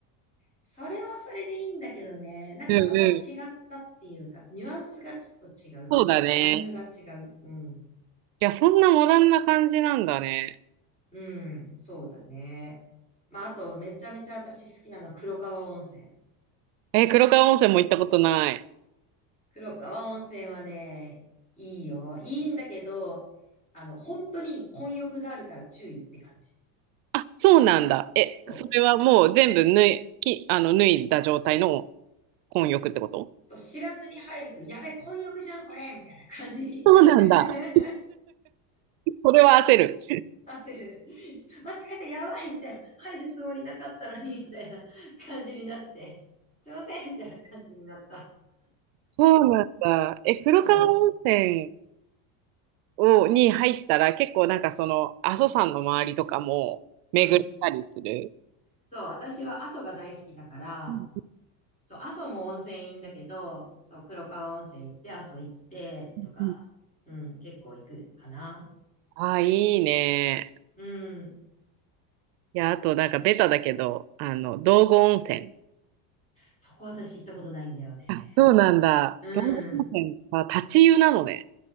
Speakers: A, on the left; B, on the right.
A: それもそれでいいんだけどね、なんかまた違ったっていうか、
B: うんうん。
A: ニュアンスがちょっと違うっていうか、
B: そうだね。
A: ジャンルが違う。
B: い
A: うん。
B: や、そんなモダンな感じなんだね。
A: うん、そうだね。まあ、あと、めちゃめちゃ私好きなのは黒川温泉。
B: え、黒川温泉も行ったことない。
A: 黒川温泉はね、いいよ。いいんだけど、あの、本当に混浴があるから注意って感じ。
B: あ、そうなんだ。え、
A: そう。
B: それはもう全部脱い、
A: し
B: き、あの、脱いだ状態の混浴ってこと
A: そう知らずに入ると、やべ、混浴じゃん、これみたいな感じになる。
B: そうなんだ。
A: <laughs>
B: それは焦る。
A: 出せる。<laughs> 間違えた、やばいみたいな。入るつもりなかったのに、<laughs> みたいな感じになって。すいませんみたいな感じになった。
B: そうなんだ。え、黒川温泉
A: そ
B: を、に入ったら結構なんかその阿蘇山の周りとかも巡ったりする。
A: う。うん。そう、私は阿蘇が大好きだから、
B: うんう
A: そう、阿蘇も温泉いいんだけど、そう、黒川温泉行って、阿蘇行って、とか、
B: んうん
A: うん、結構行くかな。
B: ああ、いいね。
A: うん。
B: いや、あとなんかベタだけど、あの、道後温泉。
A: そこ私行ったことないんだよね。
B: あ、そうなんだ。
A: うん。
B: 道後温泉は立ち湯なのね。